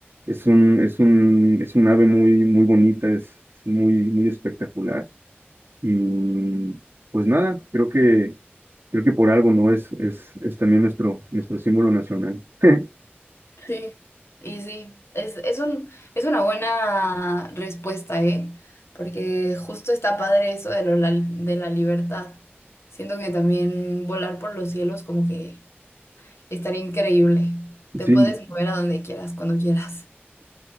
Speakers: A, on the right; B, on the left.
A: Es un, es un, es un ave muy, muy bonita, es, es muy, muy espectacular. Y pues nada, creo que, creo que por algo, ¿no? Es, es, es también nuestro, nuestro símbolo nacional. <laughs>
B: Sí, y sí, es, es un, es una buena respuesta, ¿eh? Porque justo está padre eso de, lo, la- de la libertad. Siento que también volar por los cielos como que estaría increíble. Te
A: Sí,
B: puedes mover a donde quieras, cuando quieras. <laughs>